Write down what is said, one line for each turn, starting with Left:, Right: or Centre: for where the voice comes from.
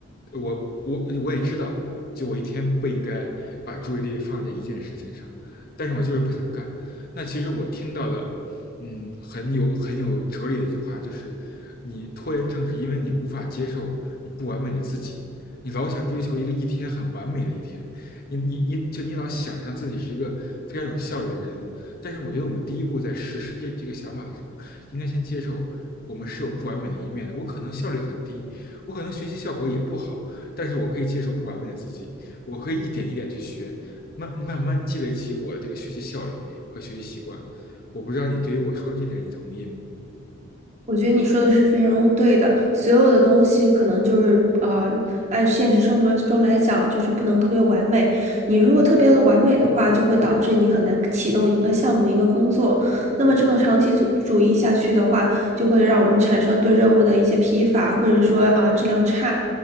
Left: 我我我也知道，就我一天不应该把注意力放在一件事情上，但是我就是不想干。那其实我听到的，嗯，很有很有哲理的一句话就是，你拖延症是因为你无法接受你不完美的自己，你老想追求一个一天很完美的一天，你你你就你老想象自己是一个非常有效率的人，但是我觉得我们第一步在实施这这个想法的时候，应该先接受我们是有不完美的一面的，我可能效率很低，我可能学习效果也不好，但是我可以接受不完美的自己，我可以一点一点去学，慢慢慢积累起我的这个学习效率和学习习惯。我不知道你对于我说这点你同意吗？
Right: 我觉得你说的是非常对的，所有的东西可能就是啊，按现实生活中来讲，就是不能特别完美。你如果特别的完美的话，就会导致你很难启动一个项目、一个工作。那么这么长期主主义下去的话，就会让我们产生对任务的一些疲乏，或者说啊、质量差。